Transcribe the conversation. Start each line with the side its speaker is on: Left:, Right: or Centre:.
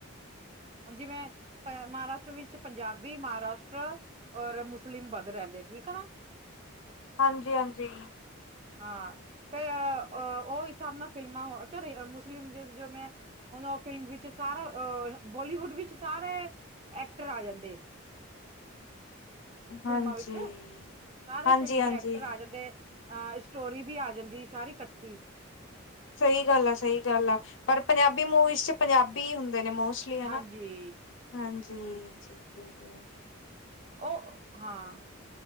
Right: ਹੁਣ ਜਿਵੇਂ ਮਹਾਰਾਸ਼ਟਰ ਵਿੱਚ ਪੰਜਾਬੀ, ਮਹਾਰਾਸ਼ਟਰ। ਔਰ ਮੁਸਲਿਮ ਵੱਧ ਰਹਿੰਦੇ। ਠੀਕ ਆ
Left: ਹਾਂਜੀ ਹਾਂਜੀ।
Right: ਹਾਂ, ਫੇਰ ਉਹ ਹਿਸਾਬ ਨਾਲ ਫ਼ਿਲਮਾਂ ਹੋ ਚ ਮੁਸਲਿਮ ਜ ਜੋ ਮੈਂ। ਹੁਣ ਉਹ ਫਿਲਮ ਵਿੱਚ ਸਾਰਾ ਅਹ ਬੋਲੀਵੁੱਡ ਵਿੱਚ ਸਾਰੇ ਐਕਟਰ ਆ ਜਾਂਦੇ।
Left: ਹਾਂਜੀ
Right: ਫਿਲਮਾਂ ਵਿੱਚ ਸਾਰੇ
Left: ਹਾਂਜੀ-ਹਾਂਜੀ
Right: ਫਿਲਮ ਦੇ ਐਕਟਰ ਆ ਜਾਂਦੇ। ਅ ਸਟੋਰੀ ਵੀ ਆ ਜਾਂਦੀ ਸਾਰੀ ਇਕੱਠੀ।
Left: ਸਹੀ ਗੱਲ ਆ ਸਹੀ ਗੱਲ ਆ ਪਰ ਪੰਜਾਬੀ ਮੂਵੀਜ਼ ਚ ਪੰਜਾਬੀ ਹੀ ਹੁੰਦੇ ਨੇ ਮੋਸਟ। ਇਹ ਆ
Right: ਹਾਂਜੀ
Left: ਨਾ ਹਾਂਜੀ ਹਾਂਜੀ ਠੀਕ ਹੈ।
Right: ਉਹ ਹਾਂ